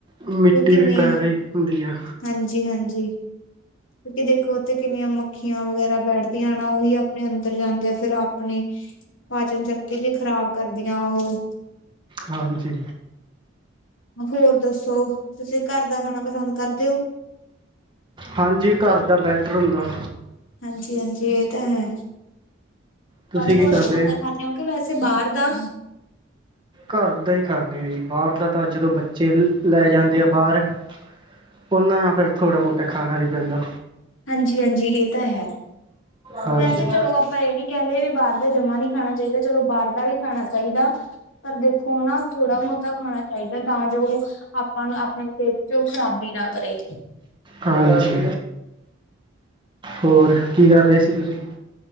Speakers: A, on the right; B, on the left.
A: ਮਿੱਟੀ
B: ਕੋਈ ਕਿੰਨੀ
A: ਵੀ ਪੈ ਰਈ ਹੁੰਦੀ ਐ।
B: ਹਾਂਜੀ-ਹਾਂਜੀ। ਕਿਓਂਕਿ ਦੇਖੋ ਓਥੇ ਕਿੰਨੀਆਂ ਮੱਖੀਆਂ ਵਗੈਰਾ ਬੈਠਦੀਆਂ ਹਨਾ ਓਹੀ ਆਪਨੇ ਅੰਦਰ ਜਾਂਦੇ ਆ ਫੇਰ ਆਪਨੇ ਪਾਚਨ ਸ਼ਕਤੀ ਵੀ ਖਰਾਬ ਕਰਦੀਆਂ ਓਹ
A: ਹਾਂਜੀ।
B: ਹੋਰ ਦੱਸੋ ਤੁਸੀਂ ਘਰ ਦਾ ਖਾਣਾ ਪਸੰਦ ਕਰਦੇ ਓ?
A: ਹਾਂਜੀ ਘਰ ਦਾ ਬੈਟਰ ਹੁੰਦਾ।
B: ਹਾਂਜੀ-ਹਾਂਜੀ ਏ ਤਾਂ ਹੈ,
A: ਤੁਸੀਂ
B: ਵੱਧ
A: ਕੀ
B: ਤੋਂ ਵੱਧ
A: ਕਰ ਰਹੇ
B: ਘਰ ਦਾ
A: ਹੋ
B: ਖਾਨੇ ਓ ਕੇ ਵੈਸੇ ਬਾਰ ਦਾ?
A: ਘਰ ਦਾ ਈ ਖਾਨੇ ਆ ਜੀ, ਬਾਰ ਦਾ ਤਾਂ ਜਦੋਂ ਬੱਚੇ ਲੈ ਜਾਂਦੇ ਆ ਬਾਰ ਓਨਾਂ ਨਾਲ ਫੇਰ ਥੋੜਾ-ਮੋਟਾ ਖਾਨਾ ਵੀ ਪੈਂਦਾ।
B: ਹਾਂਜੀ-ਹਾਂਜੀ, ਏ ਤਾਂ ਹੈ
A: ਹਾਂਜੀ
B: ਵੈਸੇ ਚਲੋ ਆਪਾਂ ਏ ਨੀ ਕੈਂਦੇ ਵੀ ਬਾਰ ਦਾ ਜਮਾ ਨੀ ਖਾਨਾ ਚਾਈਦਾ। ਚਲੋ ਬਾਰ ਦਾ ਵੀ ਖਾਨਾ ਚਾਈਦਾ, ਪਰ ਦੇਖੋ ਹਨਾ ਥੋੜਾ-ਮੋਤਾ ਖਾਣਾ ਚਾਈਦਾ ਤਾਂ ਜੋ ਆਪਾਂ ਨੂੰ ਆਪਨੀ ਸੇਤ ਚੋ ਓ ਖਰਾਬੀ ਨਾ ਕਰੇ।
A: ਹਾਂਜੀ। ਹੋਰ ਕੀ ਕਰ ਰਏ ਸੀ ਤੁਸੀਂ?